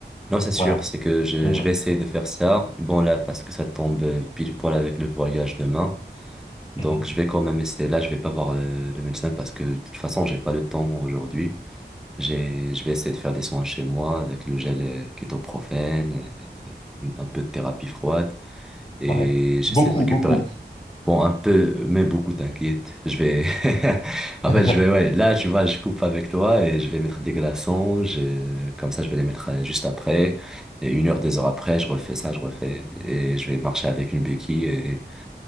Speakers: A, in the centre; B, on the left.
A: Non, c'est sûr,
B: Voilà.
A: c'est que je,
B: Mhm.
A: je vais essayer de faire ça. Bon, là, parce que ça tombe euh, pile poil avec le voyage demain. Donc,
B: Mhm.
A: je vais quand même essayer. Là, je vais pas voir euh, le médecin parce que de toute façon, j'ai pas le temps aujourd'hui. J'ai, je vais essayer de faire des soins chez moi avec le gel euh, kétoprophène, euh, une- un peu de thérapie froide. et
B: Ouais.
A: j'essaie
B: Beaucoup,
A: de récupérer.
B: beaucoup.
A: Bon, un peu, mais beaucoup, t'inquiète. Je vais, <laughs>
B: <laughs>
A: en fait, je vais, ouais, là, tu vois, je coupe avec toi et je vais mettre des glaçons, je- comme ça, je vais les mettre euh, juste après. Et une heure, deux heures après, je refais ça, je refais et je vais marcher avec une béquille et